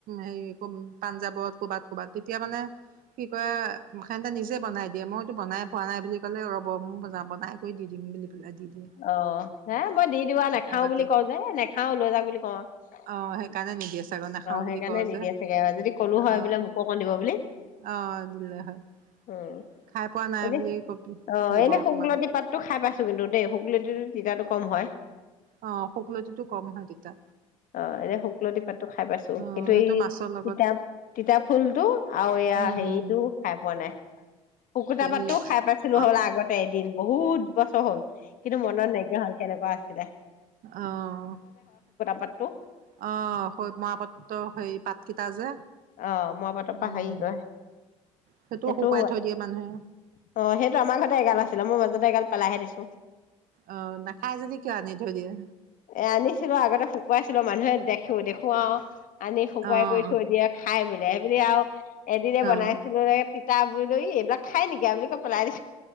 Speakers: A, on the right; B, on the left.
A: হেৰি পাঞ্জাৱত, ক'বাত -ক'বাত, তেতিয়া মানে কি কয় হেন্তে নিজে বনাই দি, দিযয়ে মইটো বনাই পোৱা নাই বুলি ক'লে ৰব বনাই কৰি দি দিম বুলি, পেলাই দি দিয়ে
B: অহ, ' হে মই দি দিওঁ আৰু নেখাও
A: এবাতি।
B: বুলি কওঁ যে নেখাও লৈ যাউক বুলি কওঁ আৰু
A: অ সেইকাৰণে নিদিয়ে চাগৰ নাখাও
B: অ',
A: বুলি
B: সেইকাৰণে
A: কওঁ
B: নিদিয়ে
A: যে
B: চাগে আৰু যদি কলো হয়
A: অ
B: বোলে মোকো অকন দিব বুলি,
A: অ দিলে হয়
B: অ
A: খাই
B: ',
A: পোৱা নাই
B: এনে
A: বুলি কবি
B: অ',
A: দিব
B: এনে
A: অকমান
B: শুকলতি পাতটো খাই পাইছ কিন্তু দেই শুক লতিটো, তিতাটো কম হয়।
A: অ শুকলতিটো কম হয় তেতিয়া
B: অহ, এনে শুকলতি পাতটো খাই পাইছো
A: অ
B: কিন্তু
A: সেইটো
B: এই
A: মাছৰ লগত
B: তিতা -তিতা ফুলটো আৰু এইয়া
A: উম
B: হেৰিটো
A: উম
B: খাই পোৱা নাই শুকুতা পাতটো
A: এই
B: খাই পোৱা নাই
A: অ
B: হল, আগতে এদিন। বহুত বছৰ হ'ল। কিন্তু মনত নাইকিয়া হল কেনেকোৱা আছে -ছিলে।
A: অহ -
B: পাতটো
A: অহ হৈত মৰা পাতটো সেই পাতকেইটা যে,
B: অ, ' মই পাত
A: উম
B: পাহৰি গৈ
A: সেইটোও
B: সেইটো
A: শুকুৱাই থৈ দিয়ে মানুহে
B: অ', সেইটো আমাৰ ঘৰতে এগাল আছিলে মই মাজতে এগাল, পেলাইহে দিছো।
A: অ নাখাই যদি কিয় আনি থৈ দিয়ে
B: এ, ' আনিছিলো আগতে শুকুৱাইছিলো মানুহে দেখিব- দেখুৱাওঁ আনি শুকুৱাই
A: অ অ
B: কৰি থৈ দিয়ে। খাই বোলে সেইবুলি আৰু এদিনে বনাইছিলো
A: অ
B: এ, তিতা, <unintelligible> এইবিলাক খাই নেকি আ বুলি কৈ পেলাই দিছে